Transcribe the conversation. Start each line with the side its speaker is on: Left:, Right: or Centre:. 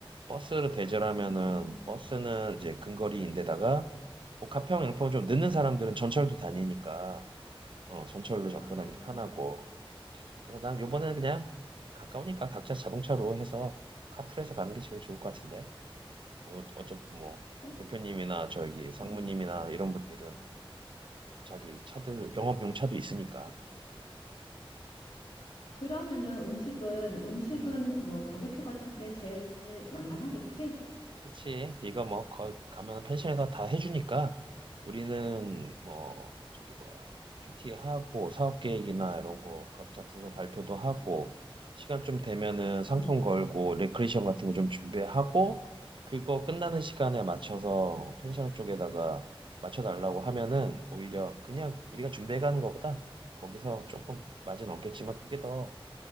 Right: 버스를 대절하면은
Left: 음,
Right: 버스는 이제 근거리인데다가 뭐 가평 양평 좀 늦는 사람들은 전철도 다니니까 어 전철로 접근하기
Left: 아,
Right: 편하고 그래서 난 요번에는 그냥 가까우니까 각자 자동차로 해서 카풀해서 가는 게 제일 좋을 것 같은데. 어, 어차피 뭐
Left: 그래?
Right: 대표님이나 저기 상무님이나
Left: 음.
Right: 이런 분들은 자기 차들 영업용 차도 있으니까. 음,
Left: 그러면은 음식은 음식은
Right: 음.
Left: 뭐 바비큐 같은 게 제일 만만하겠지?
Right: 그치. 네가 뭐 거, 가면 펜션에서 다 해주니까 우리는 뭐 저기 뭐야 PT 하고 사업 계획이나 이런 거 각자 부서 발표도 하고 시간 좀 되면은 상품
Left: 음.
Right: 걸고 레크레이션 같은 거 좀 준비하고 그거 끝나는 시간에 맞춰서 펜션 쪽에다가 맞춰달라고 하면은 오히려 그냥 우리가 준비해 가는 거보다 거기서 조금 마진 없겠지만 그게 더